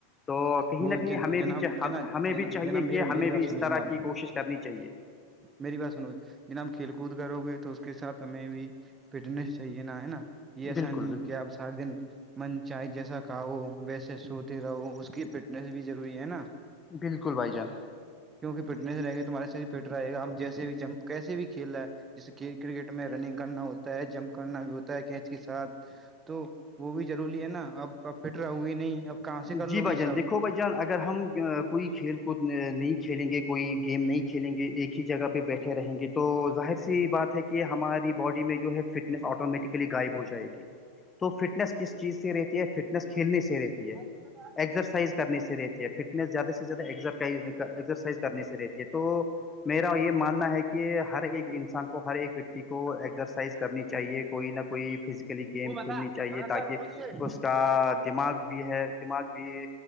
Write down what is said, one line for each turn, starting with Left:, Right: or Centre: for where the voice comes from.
Left: تو کہیں
Right: وہ
Left: نہ
Right: جناب
Left: کہیں ہمیں بھی
Right: جناب
Left: ہمیں بھی چاہیے
Right: جناب میرا
Left: کہ
Right: میری
Left: ہمیں
Right: بات
Left: بھی اس
Right: سنو
Left: طرح
Right: جناب
Left: کی کوشش کرنی چاہیے
Right: میری بات سنو جنا ہم کھیل کود کرو گے تو اس کے حساب ہمیں بھی فٹنیس چاہیے نا ہے نا یہ ایسا
Left: بالکل
Right: نہیں
Left: بالکل
Right: کہ آپ سارے دن من چاہے جیسا کھاو ویسے سوتے رہو اس کی پیٹی س بھی ضروری ہے نا
Left: بالکل بھائی جان
Right: کیونکہ فٹنس رہے گ تو تمہارے شریر فٹ رہے گا ہم جیسے بھی جمپ کیسے بھی کھی رہے ہے جیسے کہ کرکٹ میں رننگ کرنا ہوتا ہے جمپ کرنا بھی ہوتا ہے کینچ کے ساتھ تو وہ بھی ضروری ہے نا اب اب فٹ رہو گی نہیں اب کہاں سے کر لو
Left: جی بھائی
Right: گے
Left: جان
Right: سب
Left: دھو بھائی جان اگر ہم کوئی کھیل کود نہیں کھیلیں گے کوئی گیم نہیں کھیلیں گے ایک ہی جگہ پر بیٹھے رہیں گے تو ظاہر سی بات ہے کہ یہ ہماری باڈی میں جو ہے فٹنس آٹومیٹیکلی غائب ہو جائے گ تو فٹنس کس چیز سے رہتی ہے فٹنس کھیلنے سے رہتی ہے
Right: تو
Left: ایکزرسائز کرنے سے رہتی ہے فٹنس زیادہ سے زیادہرسائز کرنے سے رہتی ہے تو میرا یہ ماننا ہے کہ کہ ہر ایک انسان کو ہر ایک و کو ایکسرسائز کرنی چاہیے کوئی نہ کوئی فز کے لیے گیم
Right: وہ بتا
Left: کھیلنی چاہیے
Right: ہاں
Left: تاکہ
Right: سر بولیے
Left: اس کا دماغ بھی ہے دماغ بھی